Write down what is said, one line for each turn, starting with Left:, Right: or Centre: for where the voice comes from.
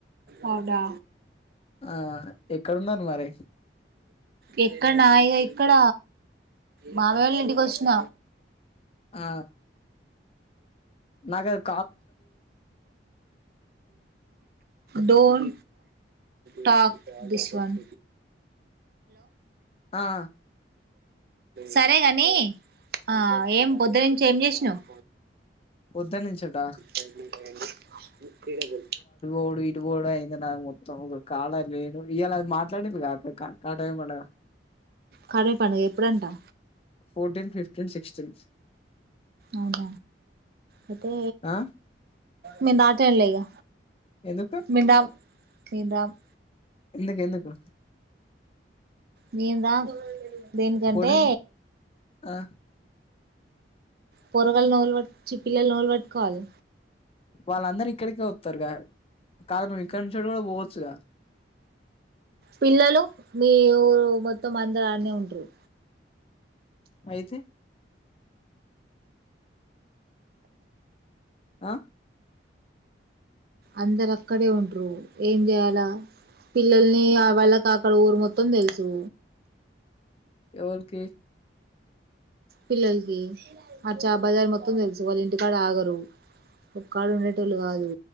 Right: అవునా
Left: ఆ ఎక్కడున్నారు మరి
Right: ఇ ఎక్కడనాయే ఇక్కడ బాబాయివాళ్ళ ఇంటికి వచ్చిన
Left: ఆ నాగద్
Right: డోర్ టాక్ దిస్ వన్
Left: ఆ
Right: సరేగాని ఆ ఏం పొద్దు నుంచి ఏం చేసినావ్?
Left: పొద్దనుంచేడా?
Right: అడి ము పోయి
Left: ఇప్పుడు ఇటువోవుడు అయింది. నాది మొత్తం ఒక కాడ లేను ఇయ్యాలా మాట్లాడింది గా కాక కాటా ఏమనగా
Right: కడమ్ పండుగ ఎప్పుడంటా?
Left: ఫోర్టీన్ ఫిఫ్టీన్ సిక్స్టీన్
Right: అవునాత అయితే
Left: ఆ
Right: మేం రాట్ తినాలే ఇగ
Left: ఎందుకు
Right: మేం రామ్ మేం రామ్
Left: ఎందుకు ఎందుకు?
Right: మేం రామ్ దేనికంటే
Left: ఫోర్టీన్ ఆ
Right: పోరగల్ ను ఎవల్ వట్ చి పిల్లల్ నెవెల్ పట్కోవలె
Left: వాళ్ళందరు ఇక్కడికే వత్తరు గా కాదు నువ్ ఇక్కడి నుంచి కూడా పోవచ్చుగా
Right: పిల్లలు మీ ఊరు మొత్తం అందరు అన్నే ఉంటారు.
Left: అయితే ఆ
Right: అందరు అక్కడే ఉంట్రు ఏం చేయాలా? పిల్లల్ని ఆ వాళ్ళకి అక్కడ ఊరు మొత్తం తెలుసు
Left: ఎవలికి
Right: పిల్లలకి ఆ చా బజార్ మొత్తం తెలుసు వాళ్ళు ఇంటికాడ ఆగరు ఒక కాడు ఉండేటోళ్ళు కాదు.